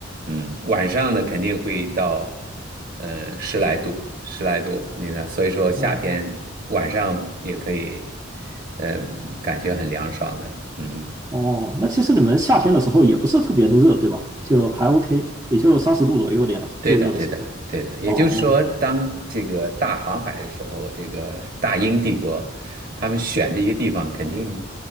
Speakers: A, on the right; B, on the right.
A: 嗯，晚上呢肯定会到，呃，十来度，十来度，你呢？所以说夏天晚上也可以，
B: 哦
A: 呃，感觉很凉爽的。嗯，
B: 哦，那其实你们夏天的时候也不是特别的热，对吧？就还 OK，也就三十度左右的样子，
A: 对的，
B: 最热的时候。
A: 对的，对的。也就是说，
B: 哦，
A: 当这个大航海的时候，这个大英帝国，他们选这些地方，肯定